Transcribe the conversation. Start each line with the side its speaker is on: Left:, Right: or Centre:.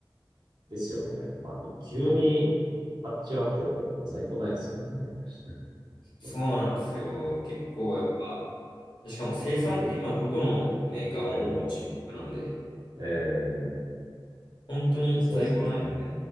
Right: ですよね。まあ、急に
Left: はい。
Right: 発注あっても在庫ないですもんね。<laughs>
Left: そうなんですよ。
Right: うん。
Left: 結構やっぱ、しかも生産って今どこのメーカーももう中国なんで、
Right: こういう、えー、えー
Left: 本当に在庫ない。
Right: まあそうですよね。